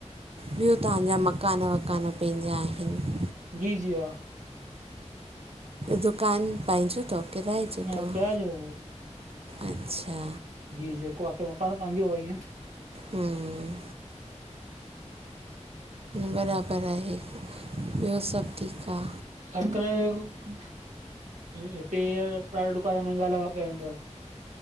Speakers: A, on the right; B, on the right.
A: ॿियो तव्हांजा मकान-वकान पंहिंजा आहिनि
B: जी, जी हा
A: दुकान पंहिंजो अथव? किराए जो अथव?
B: न कयाजो उहो
A: अच्छा
B: जी जेको आ सो मकान पंहिंजो आ ईंअ
A: हूं, बराबर आहे ॿियो सभु ठीकु आ
B: अॼुकल्ह हिते ॾाढ़ा दुकान महांंगा लॻा पिया आहिनि जो